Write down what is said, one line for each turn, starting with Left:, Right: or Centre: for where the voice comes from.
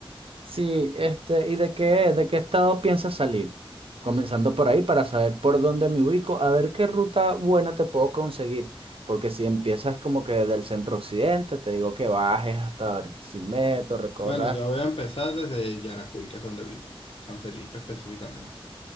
Right: Sí, este, ¿y de qué, de qué estado piensas salir? Comenzando por ahí para saber por dónde me ubico, a ver qué ruta buena te puedo conseguir. Porque si empiezas como que del centro occidente, te digo que bajes hasta Barquisimeto, recorras.
Left: Bueno, yo voy a empezar desde Yaracuy, que es donde vivo, San Felipe específicamente.